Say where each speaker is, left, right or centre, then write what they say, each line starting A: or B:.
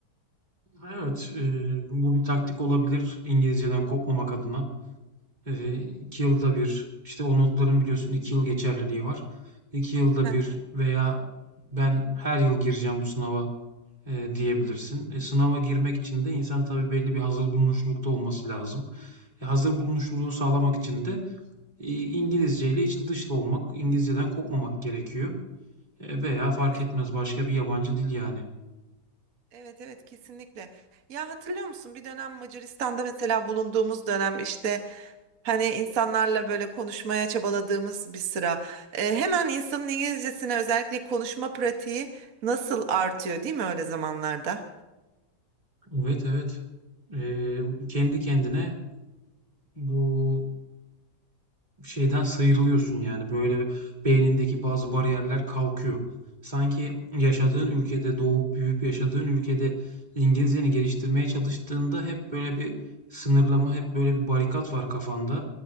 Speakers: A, on the right (about 25°); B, on the right (about 55°).
A: Evet, e, bu bir taktik olabilir İngilizceden kopmamak adına. E, iki yılda bir, işte o notların biliyorsun iki yıl geçerliliği var. İki yılda
B: Hı hı.
A: bir veya ben her yıl gireceğim bu sınava e, diyebilirsin. E, sınava girmek için de insan tabii belli bir hazır bulunuşlukta olması lazım. E, hazır bulunuşluluğu sağlamak için de e, İngilizce ile içli dışlı olmak, İngilizceden kopmamak gerekiyor. E, veya fark
B: Evet.
A: etmez başka bir yabancı dil yani.
B: Evet evet kesinlikle. Ya hatırlıyor musun bir dönem Macaristan'da mesela bulunduğumuz dönem işte hani insanlarla böyle konuşmaya çabaladığımız bir sıra. E, hemen insanın İngilizcesine özellikle konuşma pratiği nasıl artıyor değil mi öyle zamanlarda?
A: Evet evet. E, kendi kendine bu şeyden sıyrılıyorsun yani böyle beynindeki bazı bariyerler kalkıyor. Sanki yaşadığın ülkede doğup büyüyüp yaşadığın ülkede İngilizceni geliştirmeye çalıştığında hep böyle bir sınırlama, hep böyle bir barikat var kafanda.